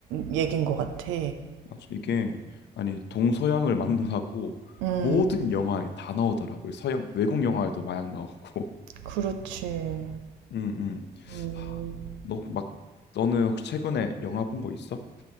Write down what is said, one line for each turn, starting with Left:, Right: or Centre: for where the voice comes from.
Right: 얘긴 것 같아.
Left: 맞아. 이게 아니 동서양을 막론하고
Right: 음,
Left: 모든 영화에 다 나오더라고요. 서양 외국 영화에도 마약 나오고.
Right: 그렇지.
Left: 음, 음.
Right: 음,
Left: 하, 너 막, 너는 혹시 최근에 영화 본 거 있어?